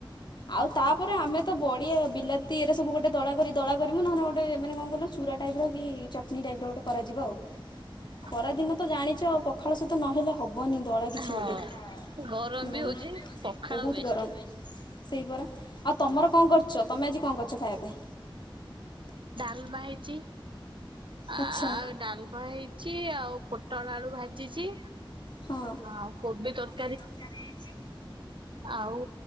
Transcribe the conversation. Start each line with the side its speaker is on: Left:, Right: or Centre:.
Left: ଆଉ ତା ରେ ଆମେ ତ ବଡ଼ି ବିଲାତି ଏରା ସବୁ ଗୋଟେ ଦଳା କରି ଦଳା କରିମୁ ନହେଲେ ଗୋଟେ ମାନେ କ ଣ କଲ ଚୁରା ଟାଇପ୍ର ର କି ଚଟ୍ନୀ ଟାଇପ୍ର ଗୋଟେ କରାଯିବ ଆଉ।
Right: <unintelligible>
Left: ଖରା ଦିନ ତ ଜାଣିଚ ଆଉ ପଖାଳ ସହିତ ନହେଲେ ହ ହବନି ଦଳା କିଛି
Right: ହଁ
Left: ଗୋଟେ
Right: ଗରମ
Left: ହୁଁ
Right: ବି ହଉଛି ପଖାଳ
Left: ବହୁତ
Right: ବେଷ୍ଟ।
Left: ଗରମ। ସେଇପରା ଆଉ ତମର କଣ କରୁଚ? ତମେ ଆଜି କଣ କରଚ୍ ଖାଇବା ପାଇଁ?
Right: ଡାଲମା ହେଇଚି ଆ
Left: ଆଚ୍ଛା।
Right: ଡାଲ୍ <unintelligible> ହେଇଛି ଆଉ ପୋଟଳ ଆଳୁ ଭାଜିଚି।
Left: ହଁ।
Right: ହଁ କୋବି ତର୍
Left: ଏ ତରକାରୀ ହେଇଛି।
Right: ଆଉ